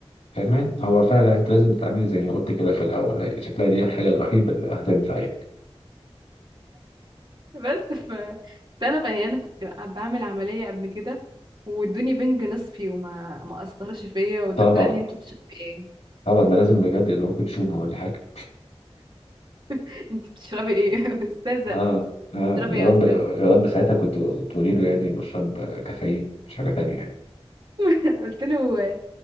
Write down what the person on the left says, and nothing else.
كمان هو فعلا انت لازم تعملي زي ما قلت كده في الاول هي شكلها دي الحاجه الوحيده اللي هتنفع يعني
طبعا
طبعا ده لازم بجد يضربك بشومة ولا حاجة
اه اه
يا
رب
يا رب ساعتها كنت تقولي له يعني بشرب كافيين مش حاجة تانية يعني